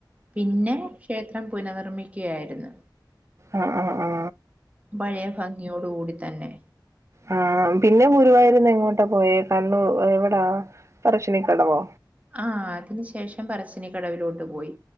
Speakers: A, on the right (about 20°); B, on the right (about 35°).
A: പിന്നെ ഷേത്രംപുനനിർമിക്ക്കയായിര്ന്ന്
B: ആആആ
A: പഴേ ഭംഗിയോടുകൂടിതന്നെ
B: ആ പിന്നെ ഗുരുവായൂര്ന്നെങ്ങോട്ട പോയെ കർണ്ണു അ എവിടാ പറശിനികടവോ
A: ആ അതിന്ശേഷംപറശിനികടവിലോട്ട് പോയി